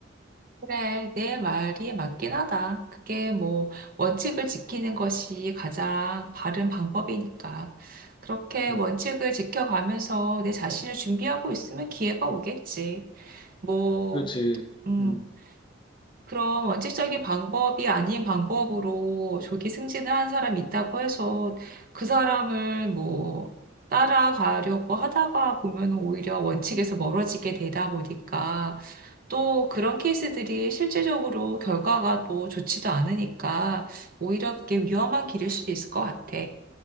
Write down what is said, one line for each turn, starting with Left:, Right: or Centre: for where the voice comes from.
Right: 그래, 내 말이 맞긴 하다. 그게 뭐 원칙을 지키는 것이 가장 바른 방법이니까. 그렇게
Left: 음,
Right: 원칙을 지켜가면서 내 자신을 준비하고 있으면 기회가 오겠지. 뭐,
Left: 그렇지.
Right: 음,
Left: 음,
Right: 그런 원칙적인 방법이 아닌 방법으로 조기 승진을 한 사람이 있다고 해서 그 사람을 뭐 따라가려고 하다가 보면 오히려 원칙에서 멀어지게 되다 보니까 또 그런 케이스들이 실질적으로 결과가 또 좋지도 않으니까 오히려 그게 위험한 길일 수도 있을 것 같아.